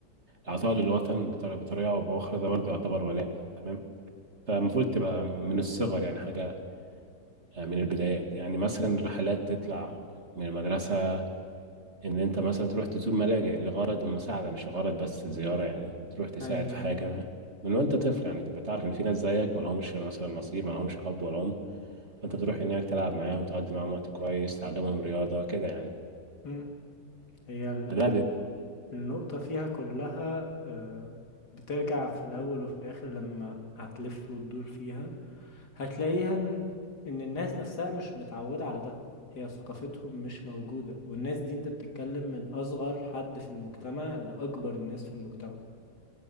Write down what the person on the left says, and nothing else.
ايوه
ايوه
مم. هي
النقطة فيها كلها آه، بترجع في الأول وفي الآخر لما هتلف وتدور فيها هتلاقيها إن إن الناس نفسها مش متعودة على ده هي ثقافتهم مش موجودة والناس دي أنت بتتكلم من أصغر حد في المجتمع لأكبر الناس في المجتمع